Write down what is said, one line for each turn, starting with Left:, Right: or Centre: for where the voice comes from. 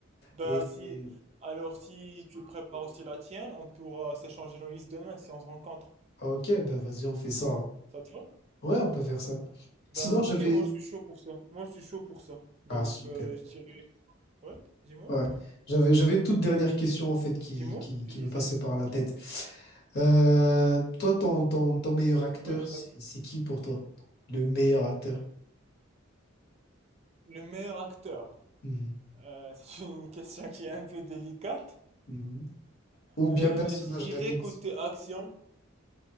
Right: ben,
Left: Et...
Right: si.
Left: et-
Right: Alors, si tu prépares aussi la tienne, on pourra s'échanger nos listes demain si on se rencontre.
Left: Ok, ben vas-y, on fait ça. hein.
Right: Ça te va?
Left: Ouais, on peut faire ça.
Right: Ben,
Left: Sinon,
Right: ok,
Left: j'avais...
Right: moi je suis chaud pour, moi je suis chaud pour ça. Donc,
Left: Ah, super.
Right: euh, je dirais. Ouais, dis-moi.
Left: Ouais. J'avais, j'avais une toute dernière question, en fait, qui,
Right: Dis-moi,
Left: qui,
Right: tu
Left: qui
Right: disais?
Left: me passait par la tête. Euh, toi, ton, ton, ton meilleur acteur,
Right: Ouais.
Left: c'est
Right: ben,
Left: c'est qui pour toi? Le meilleur acteur?
Right: Le meilleur acteur.
Left: Mhm.
Right: Euh, c'est une <laughs> question qui est un peu délicate.
Left: Mhm. Ou bien
Right: Euh,
Left: personnage
Right: je dirais
Left: d'anime,
Right: côté action,